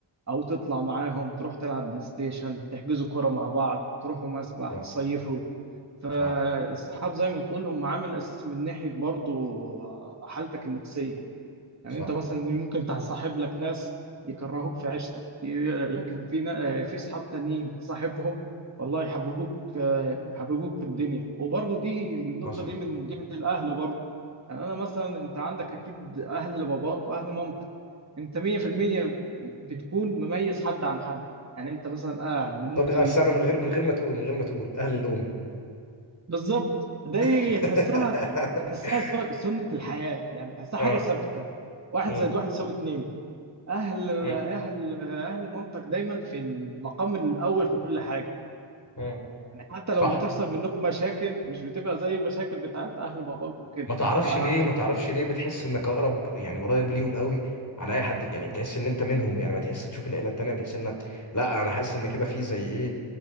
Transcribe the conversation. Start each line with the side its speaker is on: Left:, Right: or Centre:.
Right: او تطلع معاهم تروح تلعب بلاي ستيشن تحجزوا كرة مع بعض تروحوا مسبح
Left: صح
Right: تصيفوا فالصحاب
Left: صح
Right: زي ما بتقول هم عامل اساسي من ناحية برضو آه، حالتك النفسية يعني
Left: صح
Right: انت مثلا ممكن تصاحب لك ناس يكرهوك في عيشتك ي- لكن في نا- في صحاب تانيين تصاحبهم والله يحببوك آه، يحببوك في الدنيا وبرضه دي النقطة
Left: حصل
Right: دي من جهة الأهل برضه يعني أنا مثلا أنت عندك أكيد أهل باباك وأهل مامتك أنت 100% بتكون مميز حد عن حد يعني أنت مثلا أهل ممكن
Left: طب آه، استنى من غير من
Right: ب-
Left: غير ما تقول من غير ما تقول اهل الام
Right: بالظبط دي
Left: <laughs>
Right: تحسها تحسها سنة الحياة يعني تحسها
Left: اه
Right: حاجة ثابتة واحد
Left: آه،
Right: زائد واحد يساوي اتنين اهل
Left: آه،
Right: اهل اهل مامتك دايما في المقام الاول في كل حاجه
Left: آه.
Right: يعني حتى لو
Left: صح
Right: بتحصل منهم مشاكل مش بتبقى زي المشاكل بتاعت اهل باباك وكده
Left: ما تعرفش
Right: فانا
Left: ليه
Right: عشان
Left: ما
Right: كده
Left: تعرفش ليه بتحس انك اقرب يعني قريب ليهم قوي عن اي حد يعني بتحس ان انت منهم يعني ما تحس تشوف العيله التانيه بتحس ان لا انا حاسس ان كده في زي ايه